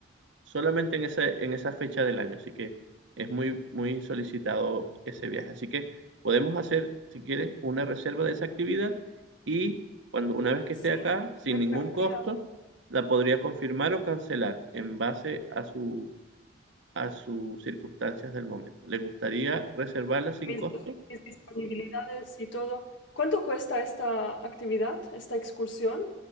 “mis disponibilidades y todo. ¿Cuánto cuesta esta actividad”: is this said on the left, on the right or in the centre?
Left